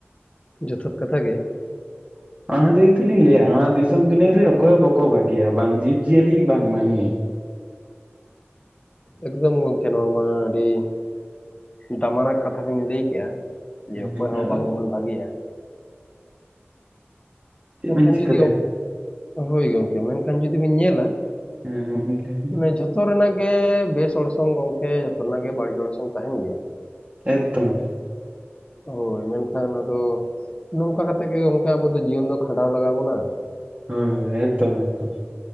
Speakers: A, on the left; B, on the right.
A: ᱡᱚᱛᱷᱟᱛ ᱠᱟᱛᱷᱟ ᱜᱮ ᱾
B: ᱚᱱᱟ ᱛᱮᱜᱮ ᱛᱚ ᱞᱤᱧ ᱞᱟᱹᱭᱟ ᱱᱚᱣᱟ ᱫᱤᱥᱚᱢ ᱫᱩᱱᱤᱭᱟᱹ ᱨᱮ ᱚᱠᱚᱭ ᱦᱚ ᱵᱟᱠᱚ ᱵᱷᱟᱹᱜᱤᱭᱟ ᱵᱟᱝ ᱡᱤᱵᱽᱡᱤᱭᱟᱹᱞᱤ ᱵᱟᱝ ᱢᱟᱹᱱᱢᱤ ᱾
A: ᱮᱠᱫᱚᱢ ᱜᱳᱢᱠᱮ ᱱᱚᱭᱟ ᱢᱟ ᱟᱹᱰᱤᱼᱼ ᱫᱟ ᱢᱟᱨᱟᱝ ᱠᱟᱛᱷᱟ ᱵᱤᱱ ᱞᱟᱹᱭ ᱠᱮᱜ-ᱟ ᱡᱮ
B: ᱦᱮᱸ
A: ᱚᱠᱚᱭ ᱦᱚᱸ
B: ᱟᱫᱚ
A: ᱵᱟᱝᱵᱚᱱ ᱵᱷᱟᱹᱜᱮᱭᱟ ᱾
B: ᱪᱮᱫ
A: ᱢᱮᱱᱠᱷᱟᱱ
B: ᱵᱮᱱ ᱪᱤᱠᱟᱹ
A: ᱡᱩᱫᱤ <unintelligible> ᱦᱳᱭ ᱜᱚᱢᱠᱮ ᱢᱮᱱᱠᱷᱟᱱ ᱡᱩᱫᱤ ᱵᱤᱱ ᱧᱮᱞᱟᱼᱼ
B: ᱫᱟᱲᱮᱭᱟᱜᱼᱟ ᱦᱮᱸ
A: ᱢᱮ ᱡᱚᱛ <unintelligible> ᱡᱚᱛᱚ ᱨᱮᱱᱟᱜ ᱜᱮ ᱵᱮᱥ ᱚᱨᱥᱚᱝ ᱜᱚᱝᱠᱮ ᱡᱚᱛᱚ ᱨᱮᱱᱟᱜ ᱜᱮ ᱵᱟᱹᱲᱤᱡ ᱚᱨᱥᱚᱝ ᱛᱟᱦᱮᱱ ᱜᱮᱭᱟ᱾
B: ᱮᱠᱫᱚᱢ
A: ᱦᱳᱭ ᱢᱮᱱᱠᱷᱟᱱ ᱟᱫᱚ ᱱᱚᱝᱠᱟ ᱠᱟᱛᱮ ᱜᱮ ᱚᱱᱠᱟ ᱟᱵᱚ ᱫᱚ ᱡᱤᱭᱚᱱ ᱫᱚ ᱠᱷᱼᱼ ᱠᱷᱟᱸᱰᱟᱣ ᱞᱟᱜᱟᱣ ᱵᱚᱱᱟ. ᱾
B: ᱦᱳᱭ ᱦᱳᱭ ᱮᱠᱫᱚᱡ ᱮᱠᱫᱚᱢ